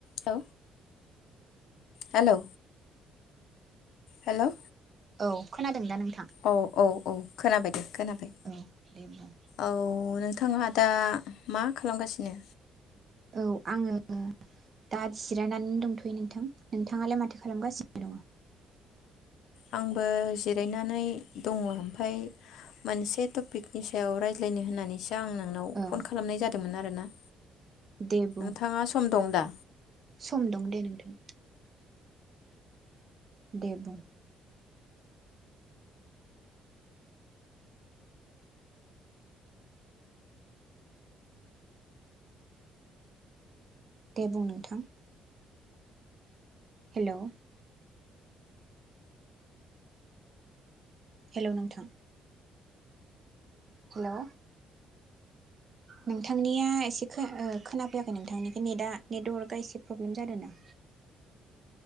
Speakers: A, on the left; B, on the right.
A: लौ हेलौ हेलौ
B: औ खोनादों दा नों
A: औ औ औ खोनाबाय दे। खोनाबाय
B: औ दे बुं।
A: औ नों नोंथाहा दा मा खालामगासिनो?
B: औ आंङो दा जिरायनानै दंथ'यो नोंथां नोंथाङालाय माथो खालामगासिनो दङ?
A: आंबो जिरायनानै दङ ओमफाय मोनसे टपिकनि सायाव रायज्लायनो होननानैसो दा आं नोंनाव
B: औ
A: फन खालामनाय जादोंमोन आ गोना
B: दे बुं
A: नोंथाङा सम दं दा
B: सम दं दे नोंथां दे बुं देबु नोंथां हेलौ हेलौ नोंथां हेलौ नोंथांनिया एसे खोनाफैयाखै नोंथांनि नेट नेट वर्कआ एसे प्रब्लेम जादों ना